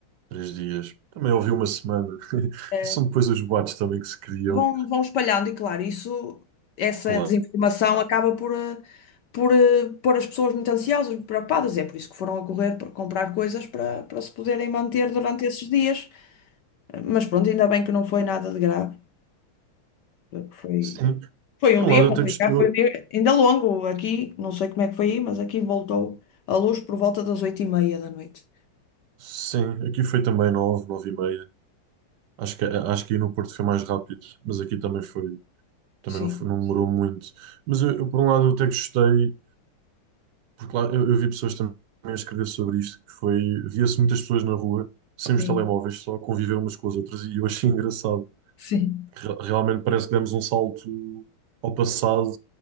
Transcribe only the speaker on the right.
Três dias. Também ouvi uma semana. <laughs>
E são depois os boatos também que se criam.
Claro.
Sim.
Por
um lado, eu
tenho que. Eu,
sim, aqui foi também 9 9 e meia. Acho que, acho que aí no Porto foi mais rápido, mas aqui também foi. Também
não, foi- não demorou muito. Mas eu, eu, por um lado, eu até gostei, porque lá eu, eu vi pessoas também a escrever sobre isto, que foi. Via-se muitas pessoas na rua, sem
os telemóveis, só a conviver umas com as outras, e eu achei engraçado.
Re- Realmente parece que demos um salto ao passado